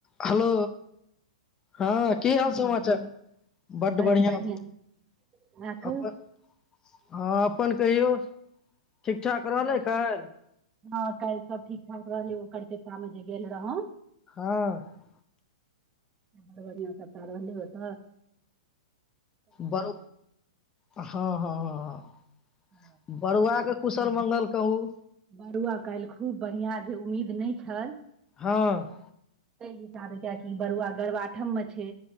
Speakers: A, on the left; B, on the right.
A: Hello हँ की हाल समाचार बड
B: बस
A: बढ़िआं
B: बढ़िआँ अहाँ कहू
A: अपन हँ अपन कहियौ ठीक ठाक रहलै
B: बड़ी
A: काईल
B: हँ काल सब ठीक ठाक रहलै ओ करत त म ग गेलल रह ह।
A: हँ
B: बड़ बढ़िआ सतार रहली हो त।
A: बर हँ हँ हँ हँ।
B: ह
A: बड़ुआके कुशल मंगल कहू
B: बरुआ कालल खूब बढ़िियां जे उम्मीद नहि छल
A: हँ
B: त हिसाबे कियकि बड़ुआ गरबाठम मे छै